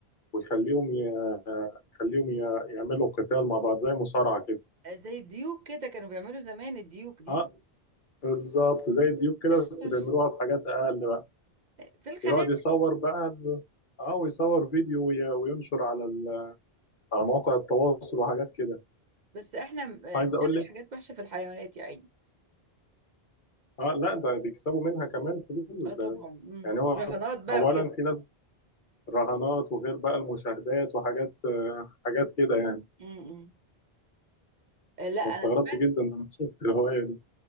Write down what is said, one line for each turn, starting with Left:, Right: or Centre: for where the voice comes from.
Left: ويخليهم ي- يخليهم ي- يعملوا قتال مع بعض زي مصارعه كده
Right: زي الديوك كده كانوا بيعملوا زمان الديوك دي
Left: اه بالظبط زي الديوك كده
Right: اخبر
Left: بس بيعملوها بحاجات اقل بقى
Right: في الخنافس
Left: ويقعد يصور بقى ال- اه ويصور فيديو وي- وينشر على ال... على مواقع التواصل وحاجات كده
Right: بس احنا م- آه،
Left: عايز
Right: بنعمل
Left: اقول لك
Right: حاجات وحشة في الحيوانات يا عيني
Left: اه لا ده بيكسبوا منها كمان فلوس
Right: اه طبعا
Left: ده
Right: امم
Left: يعني هو
Right: رهانات بقى
Left: اولا
Right: وكده
Left: في ناس رهانات وغير بقى المشاهدات وحاجات آه، حاجات كده يعني
Right: امم لا انا
Left: انا استغربت
Right: سمعت
Left: جدا لما شفت الهوايه دي